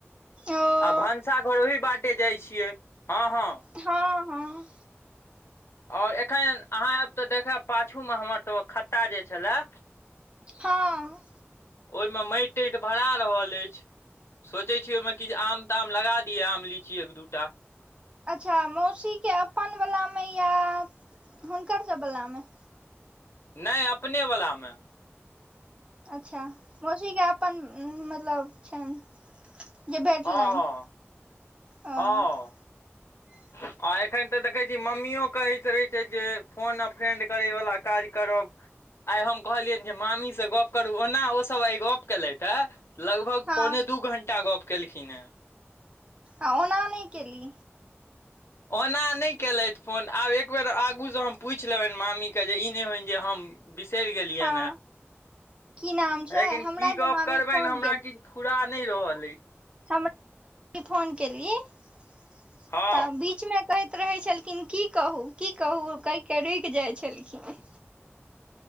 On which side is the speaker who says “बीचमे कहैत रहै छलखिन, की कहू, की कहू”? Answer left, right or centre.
Right